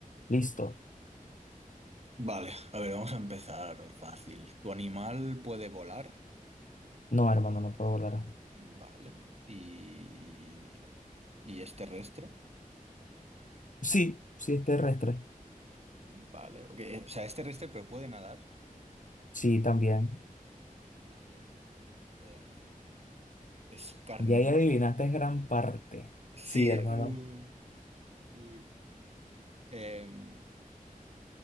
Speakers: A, on the left; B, on the right.
A: listo.
B: Vale, a ver, vamos a empezar fácil. ¿Tu animal puede volar?
A: No, hermano, no puedo volar.
B: Vale. ¿Y, y es terrestre?
A: Sí, sí es terrestre.
B: Vale, ok. O sea, es terrestre, pero puede nadar.
A: Sí, también.
B: Vale. Em, es carnívoro.
A: Ya ahí adivinaste gran parte.
B: Sí,
A: Sí, hermano.
B: uh, uy. Em,